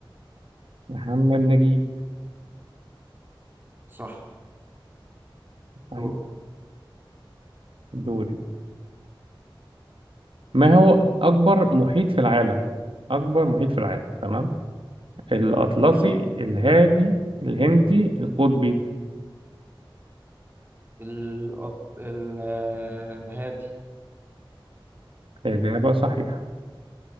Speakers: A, on the right (about 80°); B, on the right (about 25°).
A: محمد نجيب
B: صح
A: طيب
B: دورك
A: دوري ما هو أكبر محيط في العالم أكبر محيط في العالم تمام الأطلسي
B: تمام
A: الهادي الهندي القطبي
B: الأط... ال آه، هادي
A: إجابة صحيحة